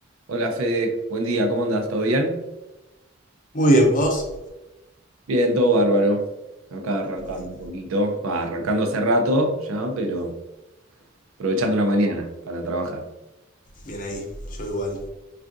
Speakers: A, on the right; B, on the left.
A: Hola Fede, buen día, ¿cómo andás? ¿Todo bien?
B: Muy bien, vos.
A: Bien, todo bárbaro. Acá arrancando
B: Bueno,
A: un poquito. Va, arrancando hace rato ya, pero aprovechando la mañana para trabajar.
B: bien ahí, yo igual.